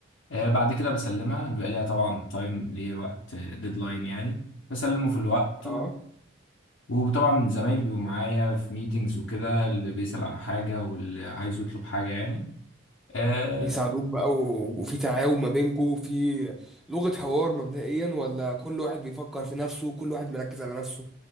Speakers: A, on the left; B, in the centre.
A: آه، بعد كده بسلمها بيبقى ليها طبعا تايم ليه وقت ديدلاين يعني بسلمه في الوقت
B: اه
A: وطبعا زمايلي بيبقوا معايا في ميتينجز وكده اللي بيسأل على حاجة واللي عايز يطلب حاجة يعني آه
B: بيساعدوك بقى و- وفي تعاون ما بينكوا في لغه حوار مبدئيا ولا كل واحد بيفكر في نفسه كل واحد مركز على نفسه